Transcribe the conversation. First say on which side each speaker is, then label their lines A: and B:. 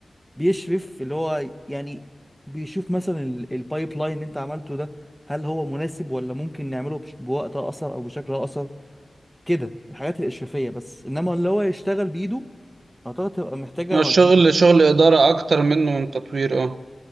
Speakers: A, in the centre; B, on the right (about 80°).
A: بيشرف اللي هو يعني بيشوف مثلا البايب لاين اللي انت عملته ده هل هو مناسب ولا ممكن نعمله بش- بوقت اقصر او بشكل اقصر كده الحاجات الاشرافية بس انما اللي هو يشتغل بايده اعتقد تبقى محتاجة
B: هو الشغل
A: مجهود
B: شغل إدارة أكتر منه من تطوير أه